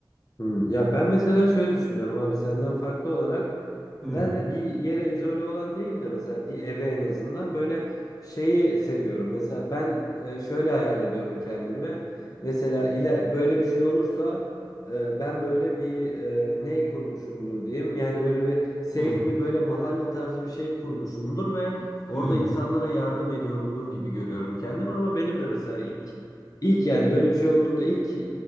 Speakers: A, on the left (about 45°); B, in the centre.
A: Hmm. Ya ben mesela şöyle düşünüyorum abi senden farklı olarak.
B: Hı
A: Ben de bir yere izole olan değil de mesela bir eve en azından böyle şeyi seviyorum. Mesela ben e, şöyle hayal ediyorum kendimi. Mesela ile böyle bir şey olursa e, ben böyle bir e, ne kurmuşumdur diyeyim. Yani böyle bir safe
B: hı
A: bir böyle mahalle tarzı bir şey kurmuşumdur ve orada
B: hı
A: insanlara yardım ediyorumdur gibi görüyorum kendimi. Ama benim de mesela ilk ilk yani böyle bir şey olduğunda ilk e,